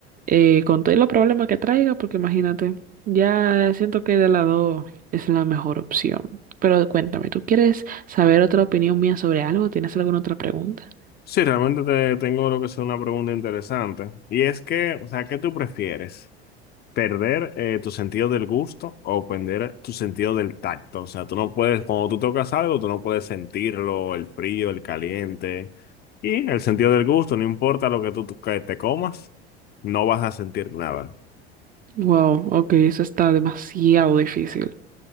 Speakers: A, on the right; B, on the left.
A: eh, con todos los problemas que traiga, porque imagínate, ya siento que de lado es la mejor opción. Pero cuéntame, ¿tú quieres saber otra opinión mía sobre algo? ¿Tienes alguna otra pregunta?
B: Sí, realmente te tengo lo que es una pregunta interesante. Y es que, o sea, ¿qué tú prefieres? ¿Perder eh, tu sentido del gusto o perder tu sentido del tacto? O sea, tú no puedes, cuando tú tocas algo, tú no puedes sentirlo, el frío, el caliente. Y el sentido del gusto, no importa lo que tú tú- que te comas, no vas a sentir nada.
A: Wow, ok, eso está demasiado difícil.